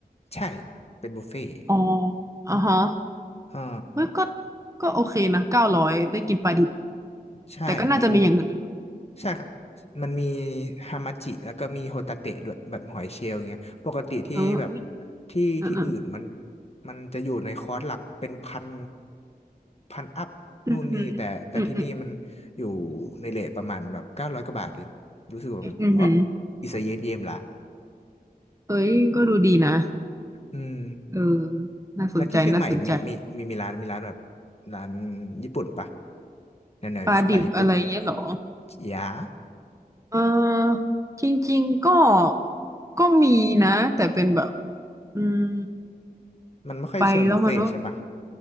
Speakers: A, on the left; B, on the right.
A: ใช่เป็นบุฟเฟ่ต์
B: อ๋ออ่าฮะ
A: อ่า
B: เฮ้ยก็ก็โอเคนะเก้าร้อยได้กินปลาดิบ
A: ใช่มัน
B: แต่ก็น่าจะมีอย่างอื่นด้วยปะ
A: ใช่ครับมันมีฮามาจิแล้วก็มีโฮตาเตะด้วยแบบหอยเชลล์อย่างเงี้ยปกติที่แบบ
B: เอออุ้ย
A: ที่ที่อื่นมัน
B: อ่าอ่า
A: มันจะอยู่ในคอร์สหลักเป็นพันพันอัพนู่นนี่แต่แต่ที่นี่มันอยู่
B: อือหืออืมอืม
A: ในเรทประมาณแบบเก้าร้อยกว่าบาทเองรู้สึกว่าโอ้
B: อืมอืม
A: อิสเยมเยมละ
B: เฮ้ยก็ดูดีนะ
A: อืม
B: เออ น่าสนใจน่าสนใจ
A: แล้วที่เชียงใหม่มีมีมีมีร้านมีร้านแบบร้านญี่ปุ่นปะแนวแนวสไตล์ญี่ปุ่น
B: ปลาดิบอะไรเงี้ยเหรอ
A: ยา
B: เออจริงๆก็ก็มีนะแต่เป็นแบบ อืม
A: มันไม่ค่อยเชิงบุฟเฟ่ต์ใช่ปะ
B: ไปแล้วมันว่า